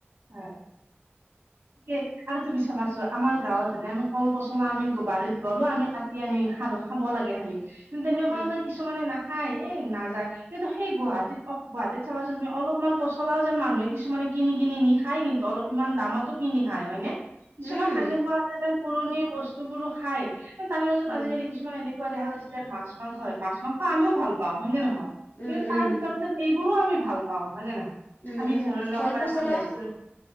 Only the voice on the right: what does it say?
হয়। আৰু তুমি চাবাচোন আমাৰ গাঁৱত হনে, আমি কল, পচলা আমি বাৰীত গলোঁ, আমি কাটি কাটি আনি‌ খাব লাগে খালি। তেনেকুৱাকে
কিছুমানে নাখায়, নাযায় কিন্তু সেই গুৱাহাটীত, গুৱাহাটীত চাবাচোন তুমি অলপ ইমান পচলাও যেন মানুহে কিছুমানে কিনি, কিনি নিখায় কিন্তু অলপ ইমান দামতো কিনি খায়, হয়নে? কিছুমান
এনেকুৱা আছে যেন পুৰণি বস্তু বোৰো খাই, তাৰে মাজত
আজিকালি কিছ কিছুমান এনেকুৱা দেখা গৈ যে, মাছ-মাংস হয় মাছ-মাংস আমিও ভাল পাওঁ হয় নে নহয়,
কিন্তু তাৰ
ভিতৰত যে এইবোৰো আমি ভাল পাওঁ, হয় নে নহয়,
আমি
ধৰি লওক
কবাত এখন ৰেষ্টুৰেণ্টত,